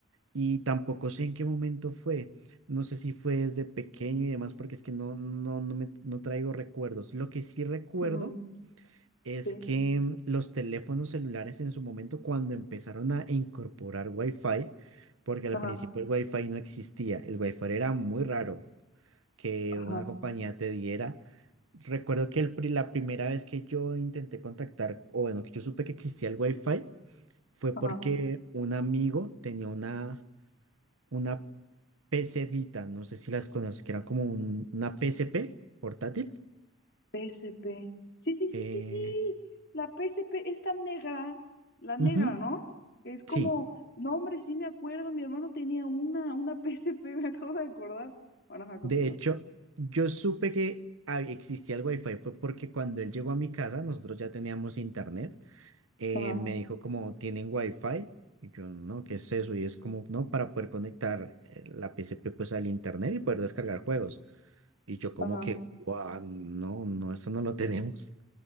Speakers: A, on the right; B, on the left.
A: Y tampoco sé en qué momento fue. No sé si fue desde pequeño y demás, porque es que no, no, no me no traigo recuerdos. Lo que sí recuerdo
B: ujú,
A: es
B: sí,
A: que mm, los teléfonos celulares en su momento, cuando empezaron a incorporar Wi-Fi, porque al
B: ajá,
A: principio el Wi-Fi no existía, el Wi-Fi era muy raro que
B: ajá,
A: una compañía te diera. Recuerdo que el pri- la primera vez que yo intenté contactar, o bueno, que yo supe que existía el Wi-Fi, fue
B: ajá.
A: porque un amigo tenía una una PC Vita, no sé si las conoces, que era como un- una PSP portátil.
B: P S P Sí, sí, sí,
A: Eh,
B: sí, sí. La P S P es tan negra, la negra,
A: ujú,
B: ¿no? Que Es como,
A: sí,
B: no, hombre, sí me acuerdo, mi hermano tenía una, una <laughs> P S P <laughs> me acabo de acordar. Bueno, ajá, continúa.
A: de hecho, yo supe que hab- existía el Wi-Fi fue porque cuando él llegó a mi casa, nosotros ya teníamos internet, eh,
B: Ajá,
A: me dijo como, ¿tienen Wi-Fi? Y yo, no, ¿qué es eso? Y es como, no, para poder conectar eh, la PSP pues al internet y poder descargar juegos. Y yo como
B: ajá,
A: que, wow, no, no, eso no lo tenemos.